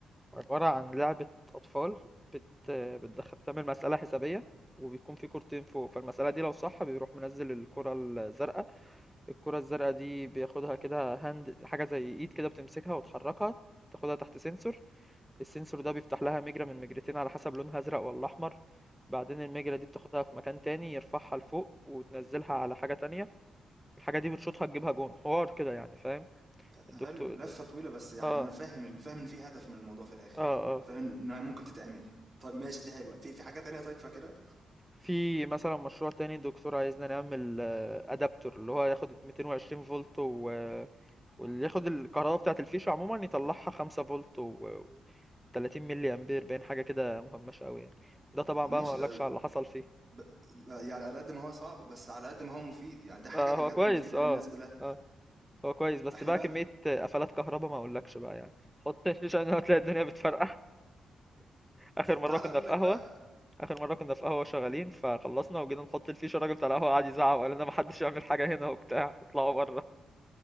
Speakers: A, in the centre; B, on the right.
A: عباره عن لعبه اطفال بت بتدخل بتعمل مساله حسابيه وبيكون في كورتين فوق فالمساله دي لو صح بيروح منزل الكره الزرقاء الكره الزرقاء دي بياخدها كده هاند حاجه زي ايد كده بتمسكها وتحركها تاخدها تحت سنسور السنسور ده بيفتح لها مجرى من مجرتين على حسب لونها ازرق ولا احمر بعدين المجرة دي بتاخدها في مكان تاني يرفعها لفوق وتنزلها على حاجة تانية الحاجة دي بتشوطها تجيبها جون حوار كده يعني فاهم الدكتور
B: حلو لفة
A: ده
B: طويلة بس يعني
A: اه
B: أنا فاهم ال- فاهم إن في هدف من الموضوع في الآخر
A: اه اه
B: فاهم إنها ممكن تتعمل طيب ماشي دي حلوة في في حاجة تانية طيب فاكرها
A: في مثلا مشروع تاني الدكتور عايزنا نعمل ادابتور اللي هو ياخد 220 فولت و... واللي ياخد الكهرباء بتاعة الفيشة عموما يطلعها 5 فولت و... و 30 ملي امبير باين حاجة كده مهمشة قوي يعني ده طبعا
B: ماشي
A: بقى ما اقولكش
B: ده
A: على اللي حصل فيه
B: ب... ب... يعني على قد ما هو صعب بس على قد ما هو مفيد يعني ده حاجة
A: آه
B: بجد
A: هو كويس
B: مفيدة
A: اه
B: للناس كلها
A: اه هو كويس بس
B: احنا
A: بقى
B: بقى
A: كمية قفلات كهربا ما اقولكش بقى يعني حط <laughs> الفيش عشان هتلاقي الدنيا بتفرقع اخر مرة
B: تعالى
A: كنا
B: أقول
A: في
B: لك
A: قهوة
B: بقى
A: اخر مرة كنا في قهوة شغالين فخلصنا وجينا نحط الفيش الراجل بتاع القهوة قعد يزعق وقال لنا محدش يعمل حاجة هنا وبتاع اطلعوا بره